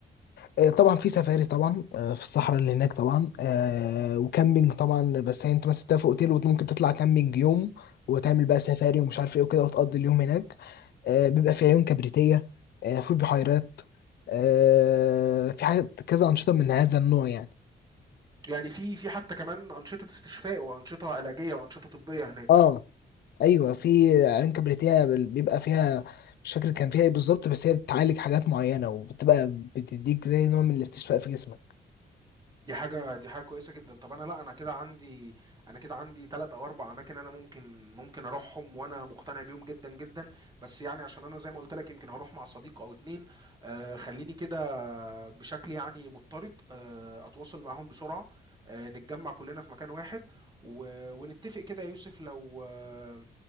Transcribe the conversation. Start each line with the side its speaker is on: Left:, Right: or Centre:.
Left: آه، طبعا في سفاري طبعا آه، في الصحراء اللي هناك طبعا آه، وكامبينج طبعا بس يعني انت مثلا بتبقى في اوتيل وممكن تطلع كامبينج يوم وتعمل بقى سفاري ومش عارف ايه وكده وتقضي اليوم هناك آه، بيبقى في عيون كبريتية آه، في بحيرات آه، في حاجات كذا أنشطة من هذا النوع يعني
Right: يعني في في حتى كمان انشطة استشفاء وانشطة علاجية وانشطة طبية هناك
Left: اه ايوه في عيون كبريتية بيبقى فيها مش فاكر كان فيها ايه بالظبط بس هي بتعالج حاجات معينة وبتبقى بتديك زي نوع من الاستشفاء في جسمك
Right: دي حاجة دي حاجة كويسة جدا طب انا لا انا كده عندي انا كده عندي تلات او اربع اماكن انا ممكن ممكن اروحهم وانا مقتنع بيهم جدا جدا بس يعني عشان انا زي ما قلت لك يمكن هروح مع صديق او اتنين آه خليني كده بشكل يعني مضطرد آه اتواصل معاهم بسرعة آه نتجمع كلنا في مكان واحد و... ونتفق كده يا يوسف لو آه